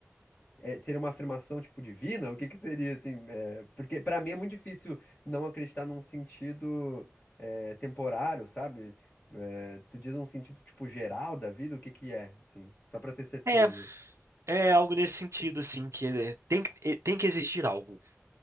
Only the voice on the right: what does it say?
É, é algo nesse sentido, assim, que é, tem, que- é, tem que existir algo,